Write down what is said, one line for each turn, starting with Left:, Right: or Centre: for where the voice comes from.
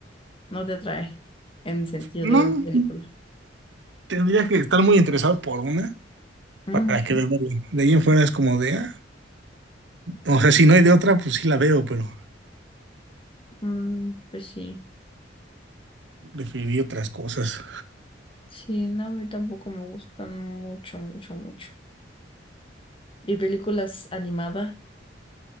Left: no te atrae en el sentido
Right: No,
Left: de ver una película.
Right: tendría que estar muy interesado por una
Left: Mm.
Right: para
Left: <laughs>
Right: que verla. bien. De ahí en fuera es como de, ah, o sea, si no hay de otra, pues sí la veo, pero
Left: Mm, pues sí.
Right: preferiría otras cosas.
Left: Sí, no, a mí tampoco me gustan mucho, mucho, mucho. ¿Y películas animadas?